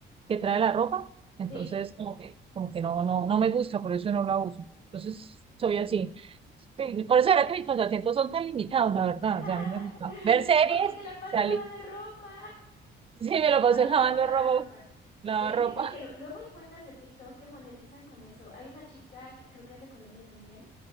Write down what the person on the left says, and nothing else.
sí
<laughs>
Porque te la pasas
lavando
ropa.
Pa-
Pasatiempo
a lavar
ropa.
Que fíjate
que lu- luego hay cuentas de TikTok que monetizan con eso. Hay una chica que creo que es de Colombia también,